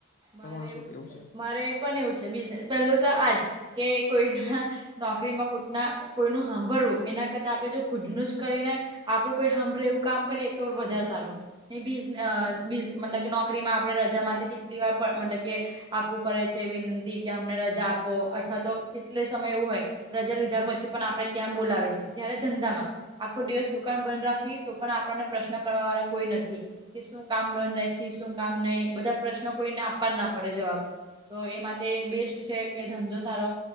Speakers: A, on the right (about 20°); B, on the left (about 40°).
A: મારે
B: તમારું શું
A: એવું
B: કેવું
A: જ છે, મારે પણ એવું છે બિઝનેસ, પેલું તો આજ, કે કોઈના નોકરીમાં કોઈકના, કોઈનું સાંભળવું, એના કરતા આપણે જો ખુદનું જ કરીને આપડું કોઈ સાંભળે એવું કામ કરીએ તો વધારે સારું, ને બીજ અ બીસ મંડકે નોકરીમાં આપડે રજા માટે કેટલી વાર પર મંડકે આપવું પડે છે વિનંતી કે અમને રજા આપો અથવા તો કેટલે સમય એવું હોય રજા લીધા પછી પણ આપડણે ત્યાં બોલાવે છે જય્યારે ધંધા માં આખો દિવસ દુકાન બંધ રાખી તો પણ આપને પ્રશ્ન કરવા વાળા કોઈ નથી કે શું કામ બંધ રહે આખી શું કામ નહી બધા પ્રશ્નો કોઈને આપવા જ ના પડે જવાબ તો એમાં બેસ્ટ છે કે ધંધો સારો